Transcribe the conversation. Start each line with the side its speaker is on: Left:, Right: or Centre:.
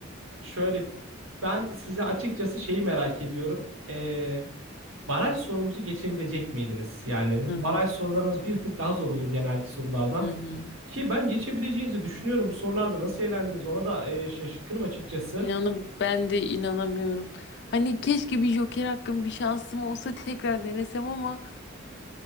Right: şöyle ben size açıkçası şeyi merak ediyorum. Ee, baraj sorumuzu geçebilecek miydiniz? Yani
Left: Hmm.
Right: baraj sorularımız bir tık daha zor olur genelki sorulardan.
Left: Hı hı.
Right: Ki ben geçebileceğinizi düşünüyorum. Bu sorularda nasıl eğlendiniz ona da e, şaşkınım açıkçası.
Left: İnanın ben de inanamıyorum. Hani keşke bir Joker hakkım bir şansım olsa tekrar denesem ama